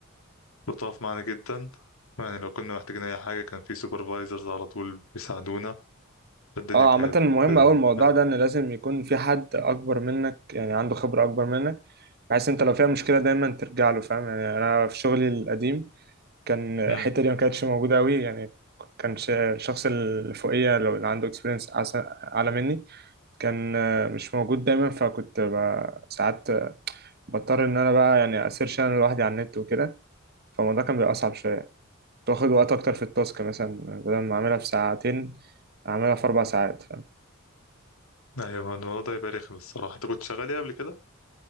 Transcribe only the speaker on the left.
ولطاف معانا جدا يعني لو كنا محتاجين أي حاجة كان في سوبرفايزرز على طول بيساعدونا الدنيا
كانت
آه،
حلوة
أمم،
أيوة الموضوع ده يبقى رخم الصراحة أنت كنت شغال إيه قبل كده؟